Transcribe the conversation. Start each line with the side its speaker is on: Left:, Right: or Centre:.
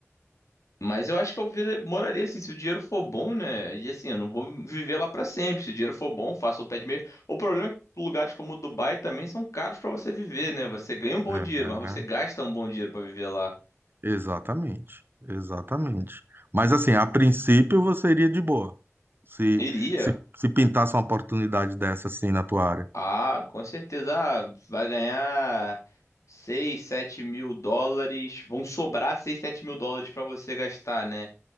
Left: Mas eu acho que eu vira- moraria assim, se o dinheiro for bom, né? E assim, eu não vou viver lá pra sempre. Se o dinheiro for bom, faço o pé de meia. O problema é que lugares como Dubai também são caros pra você viver, né? Você ganha um bom
Right: É.
Left: dinheiro, mas você gasta um bom dinheiro pra viver lá.
Right: Exatamente, exatamente. Mas assim, a princípio você iria de boa, se,
Left: Iria?
Right: se, se pintasse uma oportunidade dessa assim na tua área.
Left: Ah, com certeza. Ah, vai ganhar 6, 7 mil dólares. Vão sobrar 6, 7 mil dólares pra você gastar, né?